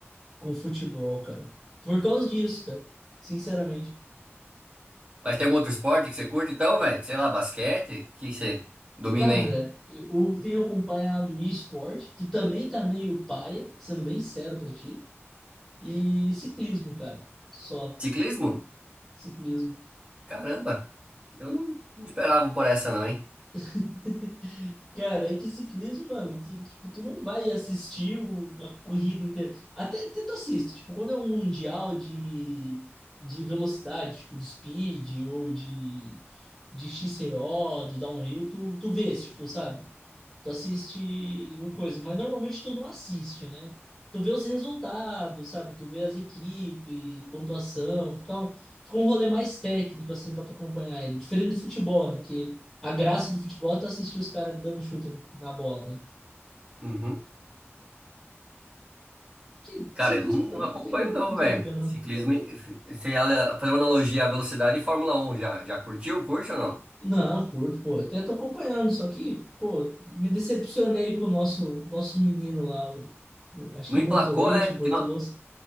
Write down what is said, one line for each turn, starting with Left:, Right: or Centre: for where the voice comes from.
Centre: com o futebol, cara. Por causa disso, cara. Sinceramente.
Right: Mas tem algum outro esporte que você curte, então, velho? Sei lá, basquete, o que que você domina
Centre: Cara,
Right: aí?
Centre: eu tenho acompanhado e-sport, que também tá meio paia, sendo bem sério pra ti, e ciclismo, cara. Só
Right: Ciclismo?
Centre: ciclismo.
Right: Caramba, eu não, não esperava por essa, não, hein?
Centre: <laughs> Cara, é que ciclismo, mano, tu, tipo, tu não vai assistir o- a corrida inteira. Até, até tu assiste, tipo, quando é um mundial de, de velocidade, tipo, de speed ou de, de XCO, de downhill, tu, tu vês, tipo, sabe? Tu assiste o coisa, mas normalmente tu não assiste, né? Tu vê os resultados, sabe? Tu vê as equipes, pontuação, fica um, fica um rolê mais técnico, assim, pra tu acompanhar ele. Diferente do futebol, né? Que a graça do futebol é tu assistir os caras dando chute na, na bola, né?
Right: Uhum.
Centre: Que
Right: Cara,
Centre: ciclismo
Right: eu não,
Centre: também
Right: não acompanho,
Centre: não tem, não
Right: não,
Centre: tem
Right: velho.
Centre: o que ver, não.
Right: Ciclismo, e- você olha- fazer uma analogia à velocidade e Fórmula um já, já curtiu, curte ou não?
Centre: Não, curto, pô. Até tô acompanhando, só que, pô, me decepcionei com o nosso, nosso menino lá, o, o- acho
Right: Não
Centre: que é
Right: emplacou,
Centre: Bortoletti,
Right: né?
Centre: Bortoloso.
Right: Que não,